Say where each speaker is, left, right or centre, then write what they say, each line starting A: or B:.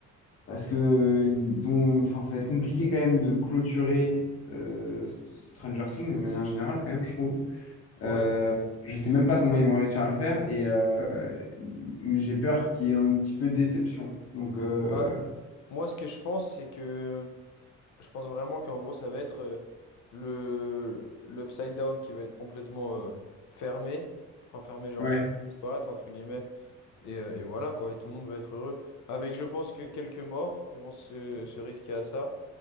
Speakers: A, on the left; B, on the left.
A: Parce que euh, ils ont, enfin, ça va être compliqué quand même de clôturer euh, Stranger Things de manière générale, quand même, je trouve.
B: Ouais.
A: Euh, je sais même pas comment ils vont réussir à le faire et euh, j'ai peur qu'il y ait un petit peu de déception. Donc, euh,
B: Bah, moi ce que je pense c'est que Je pense vraiment qu'en gros, ça va être euh, le l'upside down qui va être complètement euh, fermé. Enfin, fermé, genre
A: ouais,
B: qui va disparaître, entre guillemets. Et, euh, et voilà, quoi. Et tout le monde va être heureux. Avec, je pense, que quelques morts, ils vont se, se risquer à ça.